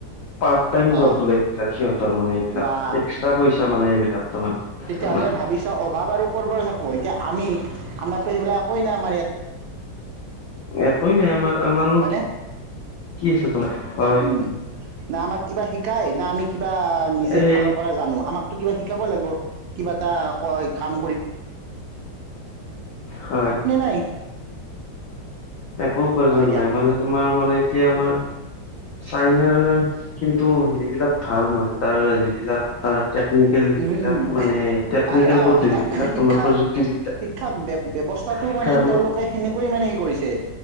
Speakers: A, on the left; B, on the right.
A: পাৰ্ট টাইম
B: হা
A: জব বোলে সেইবিলাক সিহঁতৰ মানে। এইবিলাক
B: বা,
A: এক্সট্ৰা পইচা মানে এইবিলাক তাৰমানে
B: তেতিয়াহ'লে
A: তোমাৰ
B: ভাবি চোৱা অভাৱ আৰু ক'ৰ পৰা থাকিব, এতিয়া আমি <inaudible> নাই আমাৰ ইয়াত
A: একেই নাই আমাৰ আমাৰ
B: হয়নে
A: কি <inaudible> হয়
B: উম না আমাক কিবা শিকাই না আমি কিবা নিজে
A: এই
B: ফালৰ পৰা জানো আমাক কিবা শিকাব লাগিব কিবা এটা ক কাম
A: হয়
B: <unintelligible>
A: একো উপাৰ্জন
B: হয় দিয়া
A: নাই মানে তোমাৰ মানে এতিয়া আমাৰ চাইনাৰ কিন্তু হেৰিবিলাক ভাল মানে তাৰ যিবিলাক তাৰ টেকনিকেল সেইবিলাক
B: উম উম
A: মানে টেকনিকেল
B: তাৰ আহ
A: পদ্ধতিবিলাক
B: তাৰ শিক্ষা
A: তোমাৰ প্ৰযুক্তিবিদ্যা
B: শিক্ষা ব ব্যৱস্থাটোমানে
A: শিক্ষাৰ
B: তেওঁলোকে সেনেকৈে মানে সে কৰিছে